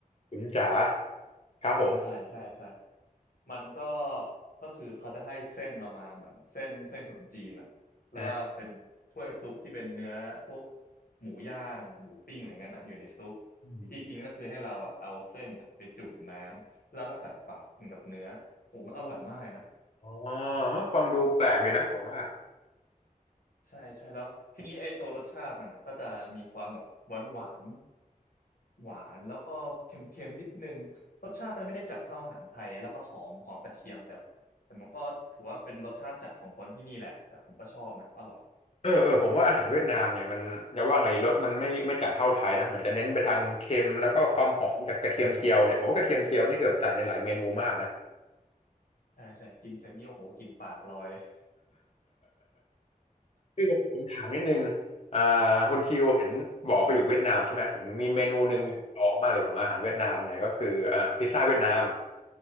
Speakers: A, on the left; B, on the left.
A: คุณจ๋าครับผม
B: ใช่ใช่ใช่ มันก็ก็คือเขาจะให้เส้นเรามาเหมือนเส้นเส้นขนมจีนอ่ะแล้วก็เป็นถ้วยซุปที่เป็นเนื้อพวก
A: อืม
B: หมูย่างหมูปิ้งอะไรเงี้ยน่ะอยู่ในซุปวิธีกินก็คือให้เราอ่ะเอาเส้นอะไปจุ่มน้ำแล้วก็ใส่ปากกินกับเนื้อโอ้มันอร่อยมากนะ
A: อ๋อฟังดูแปลกดีนะผมว่า
B: ใช่ใช่แล้วทีนี้ไอ้ตัวรสชาติมันอ่ะก็จะมีความแบบหวานหวานหวานแล้วก็เค็มเค็มนิดนึงรสชาติมันไม่ได้จัดเท่าอาหารไทยแล้วก็หอมหอมกระเทียมแต่แต่มันก็ถือว่าเป็นรสชาติจัดของคนที่นี่แหละแต่ผมก็ชอบนะอร่อย
A: เออเออผมว่าอาหารเวียดนามเนี่ยมันจะว่าไงรสมันไม่ไม่จัดเท่าไทยนะมันจะเน้นไปทางเค็มแล้วก็ความหอมจากกระเทียมเจียวเนี่ยผมว่ากระเทียมเจียวนี่คือแบบใส่ในหลายเมนูมากนะ <laughs>
B: ใช่ใช่กินเสร็จนี่โอ้โหกลินปากลอยเลย
A: คือผมผมถามนิดนึงอ่าคุณคิวเห็นบอกไปอยู่เวียดนามใช่ไหมผมมีเมนูหนึ่งลองมากเลยของอาหารเวียดนามเนี่ยก็คืออ่าพิซซ่าเวียดนาม
B: <laughs> ครับผม